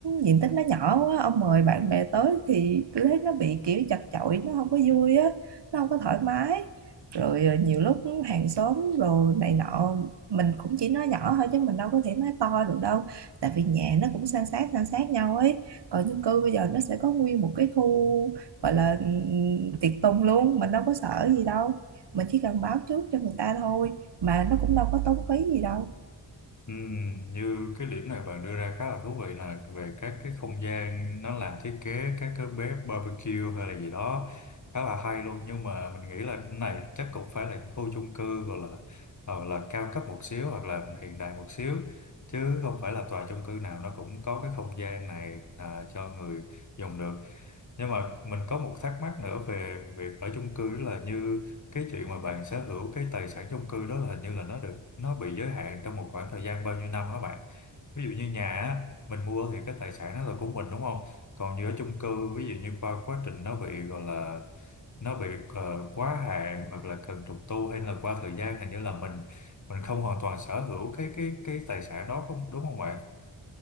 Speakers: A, on the right (about 70°); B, on the left (about 40°).
A: diện tích nó nhỏ quá ông mời bạn bè tới thì tôi thấy nó bị kiểu chật chội nó không có vui á nó không có thoải mái rồi ờ, nhiều lúc hàng xóm rồi này nọ mình cũng chỉ nói nhỏ thôi chứ mình đâu có thể nói to được đâu tại vì nhà nó cũng san sát san sát nhau ấy còn chung cư bây giờ nó sẽ có nguyên một cái khu gọi là ừm, tiệc tùng luôn mình đâu có sợ gì đâu mình chỉ cần báo trước cho người ta thôi mà nó cũng đâu có tốn phí gì đâu
B: Ừm, như cái điểm này bạn đưa ra khá là thú vị là về các cái không gian nó làm thiết kế các cái bếp barbecue hay là gì đó khá là hay luôn nhưng mà mình nghĩ là cái này chắc cũng phải là những khu chung cư gọi là ờ, là cao cấp một xíu hoặc là hiện đại một xíu chứ không phải là tòa chung cư nào nó cũng có cái không gian này à, cho người dùng được nhưng mà mình có một thắc mắc nữa về việc ở chung cư đó là như cái chuyện mà bạn sở hữu cái tài sản chung cư đó là hình như là nó được nó bị giới hạn trong một khoảng thời gian bao nhiêu năm hả bạn ví dụ như nhà á mình mua thì cái tài sản đó là của mình đúng không còn như ở chung cư ví dụ như qua quá trình nó bị gọi là nó bị ờ, quá hạn hoặc là cần trùng tu hay là qua thời gian hình như là mình mình không hoàn toàn sở hữu cái cái cái tài sản đó không đúng không bạn